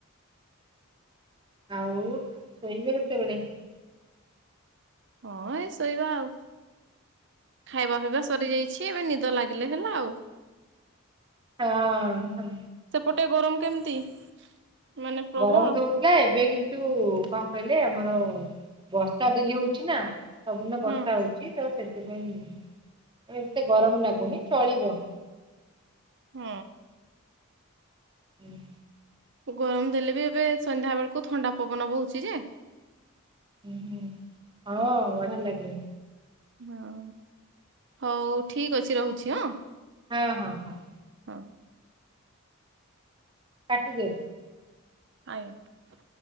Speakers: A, on the right; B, on the right.
A: ଆଉ ଶୋଇବେ କେତେବେଳେ?
B: ହଁ ଏଇ ଶୋଇବା ଆଉ। ଖାଇବା ପିଇବା ସରିଯାଇଛି। ଏବେ ନିଦ ଲାଗିଲେ ହେଲା ଆଉ।
A: ହଁ ହଁ।
B: ସେପଟେ ଗରମ କେମିତି? ମାନେ ପ୍ରବଳ?
A: ଗରମ ଦ ହଉଥିଲା ଏବେ କିନ୍ତୁ କଣ କହିଲ ଆମର ବର୍ଷା ଡେଲି ହଉଛି ନା ସବୁଦିନ
B: ହୁଁ
A: ବର୍ଷା ହଉଛି ତ ସେ ସେଥିପାଇଁ ଏତେ ଗରମ ଲାଗୁନି ଚଳିବ।
B: ହୁଁ।
A: ହୁଁ
B: ଗରମ ଦେଲେ ବି ଏବେ ସନ୍ଧ୍ୟା ବେଳକୁ ଥଣ୍ଡା ପବନ ବୋହୁଛି ଯେ
A: ହ ହୁଁ ହଁ ବଢିଆ ଲାଗେ।
B: ହଁ ହଉ ଠିକ ଅଛି ରହୁଛି ହଁ।
A: ହଁ ହଁ ହଁ।
B: ହଁ।
A: କାଟି ଦେ
B: ଆଜ୍ଞ